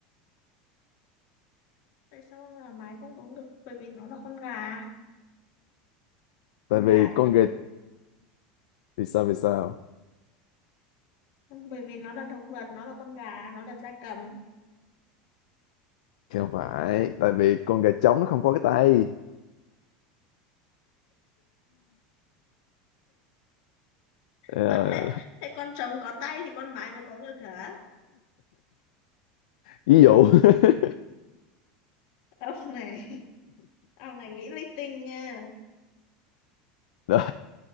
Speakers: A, on the left; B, on the left.
A: Tại sao ông là mái không có được? Bởi vì nó là con gà.
B: Tại
A: Con gà
B: vì
A: thì
B: con
A: làm
B: gà
A: gì?
B: vì sao vì sao?
A: Bởi vì nó là động vật, nó là con gà, nó là gia cầm.
B: Thì không phải, tại vì con gà trống nó không có cái tay. Rồi,
A: Ơ thế,
B: à,
A: thế con trống có tay thì con mái mới có ngực hả?
B: ví dụ. <laughs>
A: Ông này, <laughs> ông này nghĩ linh tinh nha.
B: Rồi,